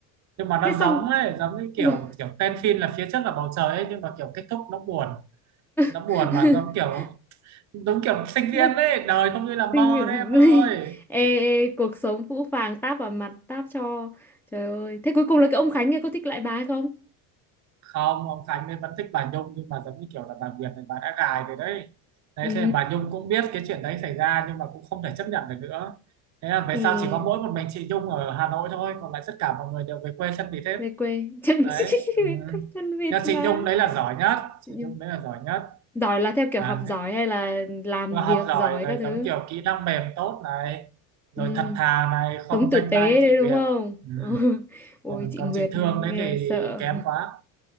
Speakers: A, on the right; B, in the centre.
A: nhưng mà
B: thế
A: nó giống
B: xong
A: ấy giống như
B: rồi
A: kiểu kiểu tên phim là phía trước là bầu trời ấy nhưng mà kiểu kết thúc nó buồn nó
B: <laughs>
A: buồn mà giống kiểu giống kiểu sinh
B: Nó-
A: viên đấy đời không như là
B: <laughs>
A: mơ đấy em ơi
B: ê, ê, cuộc sống phũ phàng táp vào mặt táp cho trời ơi thế cuối cùng là cái ông Khánh kia có thích lại bà hay không
A: không ông Khánh ấy vẫn thích bà Nhung nhưng mà giống như kiểu là bà Việt này bà đã gài rồi đấy đấy
B: ừ
A: thế bà Nhung cũng biết cái chuyện đấy xảy ra nhưng mà cũng không thể chấp nhận được nữa thế là về
B: ê,
A: sau chỉ có mỗi một mình chị Nhung ở Hà Nội thôi còn lại tất cả mọi người đều về quê sân vì thế
B: về quê <laughs> chân
A: đấy ừ.
B: về quê chân vịt
A: nhưng
B: mà
A: chị Nhung đấy là giỏi nhất chị
B: Nhưng-
A: Nhung đấy là giỏi nhất
B: giỏi là theo kiểu
A: là
B: học giỏi hay là làm
A: vừa học
B: việc
A: giỏi
B: giỏi
A: rồi
B: các thứ
A: giống kiểu kỹ năng mềm tốt này rồi
B: Ừ,
A: thật thà này không
B: sống tử
A: danh
B: tế
A: ma như
B: đấy
A: chị
B: đúng
A: Việt
B: không?
A: ừ.
B: <laughs> Ôi
A: còn
B: chị
A: còn
B: Nguyệt
A: chị Thương
B: nghe
A: đấy thì
B: sợ.
A: kém quá